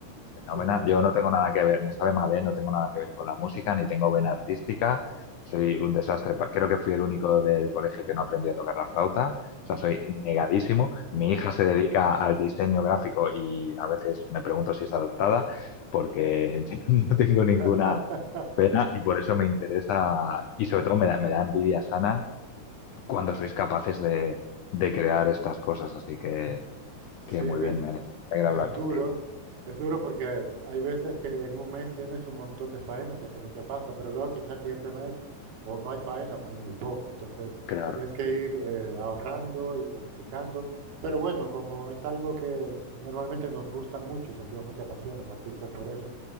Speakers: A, on the left; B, on the right.
A: fenómena.
B: genial.
A: Yo no tengo nada que ver, me sabe mal, ¿eh? No tengo nada que ver con la música, ni tengo vena artística. Soy un desastre. pa- Creo que fui el único del colegio que no aprendió a tocar la flauta. O sea, soy negadísimo. Mi hija se dedica al diseño gráfico y a veces me pregunto si es adoptada, porque <laughs> yo no tengo ninguna
B: <laughs>
A: pena y por eso me interesa y sobre todo me da, me da envidia sana cuando sois capaces de, de crear estas cosas. Así que,
B: Sí,
A: que muy
B: es,
A: bien, me ale- me alegra
B: Es
A: hablar
B: duro,
A: contigo.
B: es duro porque hay veces que en un mes tienes un montón de faenas y hace mucha pasta, pero luego quizás el siguiente mes o no hay faena o hay muy poca. Entonces
A: Claro.
B: tienes que ir eh, ahorrando y planificando. Pero bueno, como es algo que normalmente nos gusta mucho y sentimos mucha pasión los artistas por eso,